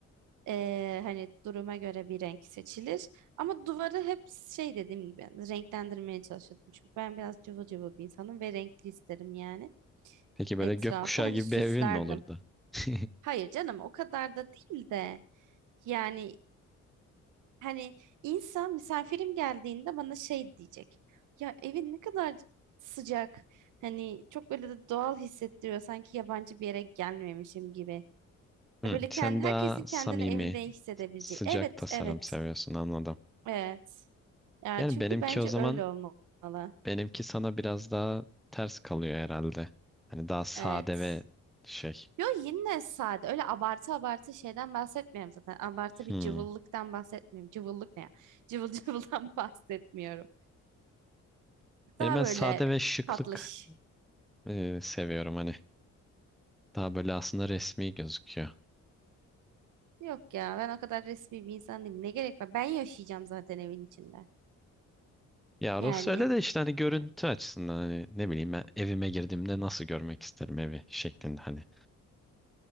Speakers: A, on the right; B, in the centre.
A: Ee, hani duruma göre bir renk seçilir. Ama duvarı hep şey dediğim gibi yani renklendirmeye çalışıyordum. Çünkü ben biraz cıvıl cıvıl bir insanım ve renkli isterim yani
B: Peki böyle
A: etrafı.
B: gökkuşağı
A: Hani
B: gibi
A: süslerdim.
B: bir evin mi olurdu? <laughs>
A: Hayır canım o kadar da değil de yani hani insan misafirim geldiğinde bana şey diyecek. Ya evin ne kadar sıcak. Hani çok böyle de doğal hissettiriyor. Sanki yabancı bir yere gelmemişim gibi. Ya
B: Hı,
A: Böyle kendi,
B: sen
A: herkesin
B: daha
A: kendini
B: samimi,
A: evinde iyi hissedebileceği.
B: sıcak
A: Evet,
B: tasarım
A: evet,
B: seviyorsun anladım.
A: evet. Ya
B: Yani
A: çünkü
B: benimki
A: bence
B: o zaman
A: öyle olmalı.
B: Benimki sana biraz daha ters kalıyor herhalde. Hani daha sade
A: Evet.
B: ve şey.
A: Yo yine sade. Öyle abartı abartı şeyden bahsetmiyorum zaten. Abartı
B: Hmm.
A: bir cıvıllıktan bahsetmiyorum. Cıvıllık ne ya? Cıvıl cıvıldan <laughs> bahsetmiyorum.
B: Yani
A: Daha
B: ben
A: böyle
B: sade ve şıklık
A: tatlış.
B: e, seviyorum hani. Daha böyle aslında resmi gözüküyor.
A: Yok ya ben o kadar resmi bir insan değilim. Ne gerek var? Ben yaşayacağım zaten evin içinde.
B: Ya orası
A: Yani.
B: öyle de işte hani görüntü açısından hani ne bileyim ben evime girdiğimde nasıl görmek isterim evi şeklinde hani.